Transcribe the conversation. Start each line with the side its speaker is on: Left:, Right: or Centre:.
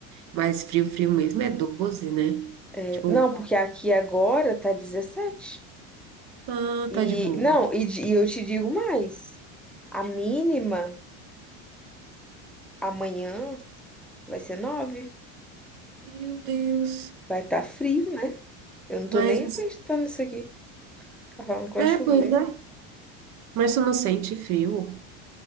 Right: Mas frio, frio mesmo é 12, né?
Centre: É,
Right: Tipo,
Centre: Não, porque aqui agora tá 17.
Right: ah,
Centre: E,
Right: tá de boa.
Centre: não, e, de- e eu te digo mais. A mínima amanhã vai ser 9.
Right: Meu Deus.
Centre: Vai estar frio, né? Eu não
Right: Mas,
Centre: tô nem
Right: assim-
Centre: acreditando nisso aqui. Tá falando que vai
Right: é,
Centre: chover.
Right: pois é. Mas tu não sente frio?